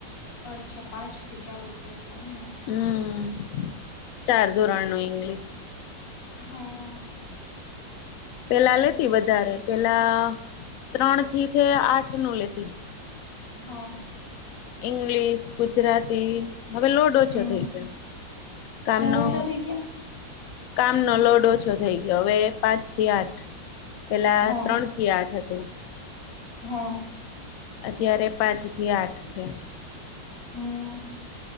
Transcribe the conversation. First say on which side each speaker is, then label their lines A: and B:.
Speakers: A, on the left; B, on the left.
A: અચ્છા પાંચ થી ચાલુ થાય છે એમને.
B: હમ ચાર ધોરણ નું ઇંગ્લિશ.
A: હા અ
B: પેલા લેતી વધારે, પેલા ત્રણથી તે આઠ નું લેતી.
A: હા અ
B: ઇંગ્લિશ, ગુજરાતી. હવે લોડ ઓછો
A: હમ
B: થઈ ગયો કામનો
A: શું ઓછા થઈ ગયા
B: કામનો લોડ ઓછો થઈ ગયો. હવે પાંચ થી આઠ પેલા
A: હા
B: ત્રણથી આઠ હતી. તો
A: હા અ
B: અત્યારે પાંચ થી આઠ છે.
A: હમ્મ અ